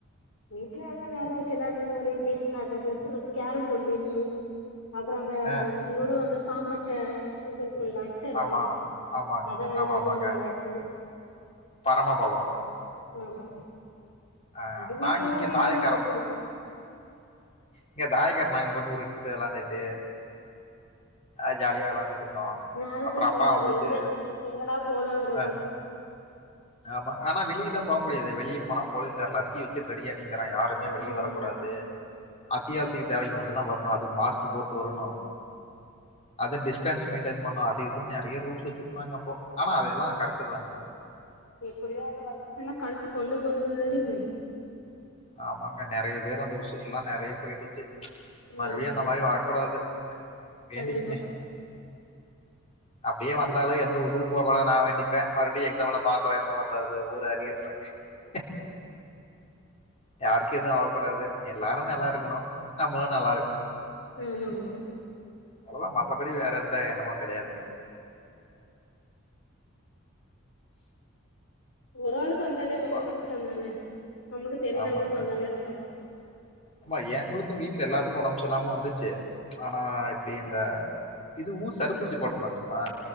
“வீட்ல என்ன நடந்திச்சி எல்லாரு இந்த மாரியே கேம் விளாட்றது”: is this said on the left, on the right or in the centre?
Left